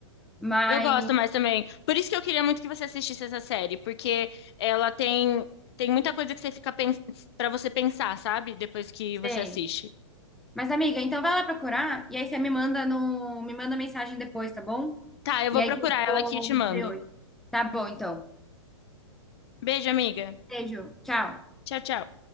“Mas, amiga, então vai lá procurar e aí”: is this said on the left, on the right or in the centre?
Centre